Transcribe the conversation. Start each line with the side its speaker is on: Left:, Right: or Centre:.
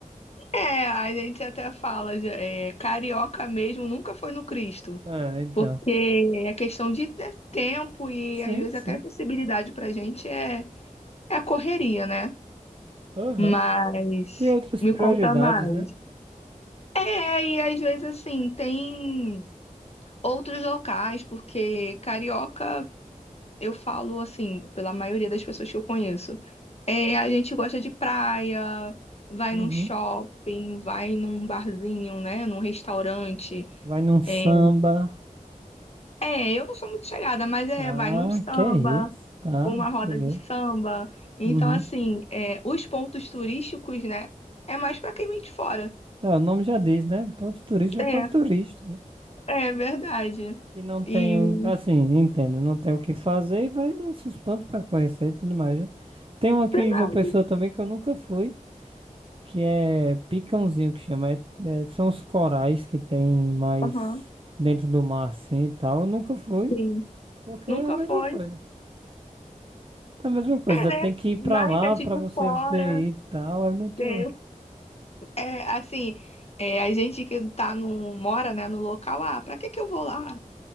Left: É, a gente até fala, é, carioca mesmo nunca foi no Cristo,
Right: Ah, então.
Left: porque é questão de ter tempo e
Right: Sim,
Left: às vezes
Right: sim.
Left: até acessibilidade pra gente é, é correria, né?
Right: Aham.
Left: Mas
Right: Tem outras
Left: me
Right: prioridades,
Left: conta mais.
Right: né?
Left: É, e às vezes assim, tem outros locais, porque carioca eu falo assim, pela maioria das pessoas que eu conheço, é, a gente gosta de praia, vai
Right: Uhum.
Left: num shopping, vai num barzinho, né, num restaurante.
Right: Vai num samba,
Left: É, é, eu não sou muito chegada, mas é,
Right: tá?
Left: vai num samba,
Right: Que é isso? Tá,
Left: ou uma roda
Right: beleza.
Left: de samba. Então,
Right: Uhum.
Left: assim, é, os pontos turísticos, né, é mais pra quem vem de fora.
Right: Ah, o nome já diz, né? Para os turistas, vai
Left: É,
Right: para o turista, né?
Left: é verdade.
Right: Que não tem,
Left: E
Right: o- assim, entendo, não tem o que fazer e vai nesses pontos para conhecer e tudo mais, né? Tem um aqui
Left: verdade,
Right: em João Pessoa também que eu nunca fui. que é picãozinho que chama. É- é- são os corais que tem mais
Left: aham,
Right: dentro do mar assim e tal. Eu nunca fui,
Left: sim.
Right: porque
Left: Nunca
Right: é a mesma
Left: foi,
Right: coisa. É a mesma coisa,
Left: é, né?
Right: tem que ir pra
Left: Mas
Right: lá
Left: gente
Right: pra
Left: de
Right: você
Left: fora,
Right: poder ir e tal. É muito.
Left: é. É, assim, é, a gente que tá no, mora, né, no local, ah, pra que que eu vou lá?